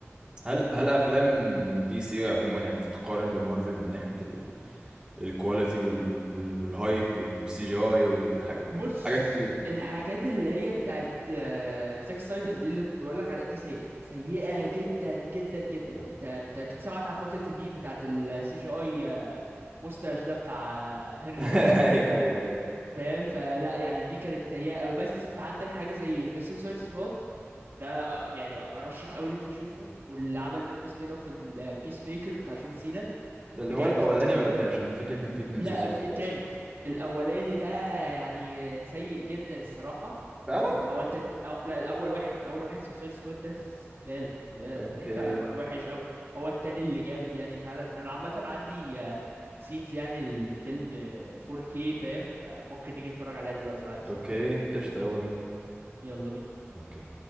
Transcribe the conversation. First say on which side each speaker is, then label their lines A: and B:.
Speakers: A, on the right (about 20°); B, on the right (about 50°).
A: هل
B: دي دي
A: هل
B: الفكرة
A: افلام دي سي عموما يعني تتقارن بمارفل من ناحيه ال... الكواليتي وال... وال... وال... والهايب وال... والسي جي اي والحاجات والحاجات
B: بص
A: كتير يعني
B: الحاجات اللي هي بتاعت آه، زاك سنايدر دي اللي كنت بقول لك على دي سيئة سيئة جدا جدا جدا
A: جامد.
B: يعني انت انت اكيد سمعت عن فترة الميم بتاعت السي جي اي مستاش ده بتاع آه، هنري
A: <laughs> ايوه
B: كافيل
A: ايوه ايوه
B: فاهم فلا يعني دي كانت سيئة أوي بس انت عندك حاجة زي ذا سوسايد سكواد ده آه، يعني ارشح قوي ان انت تشوفه واللي عمل منه سبين اوف البيس ميكر بتاع جون سينا
A: ده اللي
B: بجد
A: هو الاولاني ولا التاني عشان فاكر كان في اتنين
B: لا
A: سوسايد
B: في
A: سكواد
B: التاني الاولاني ده يعني آه، سيء جدا الصراحة
A: فعلا
B: هو انت أو لا الاول واحد اول واحد سوسايد سكواد ده زبالة زبالة
A: اوكي
B: يعني <laughs> فعلا وحش قوي هو التاني اللي جامد يعني فعلا انا عامة عندي سينز يعني الفيلم 4K فاهم فممكن نيجي نتفرج عليها دلوقتي لو عايز
A: اوكي قشطه يلا بينا
B: يلا بينا
A: اوكي